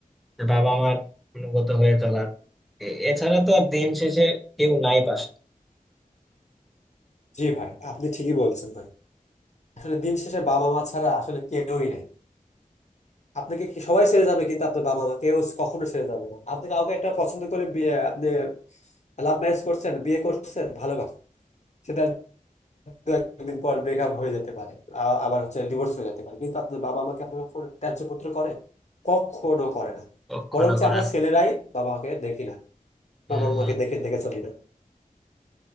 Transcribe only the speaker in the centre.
যে বাবা মার অনুগত হয়ে চলার এ- এছাড়া তো আর দিন শেষে কেউ নাই পাশে
কখনো
করেন
হম,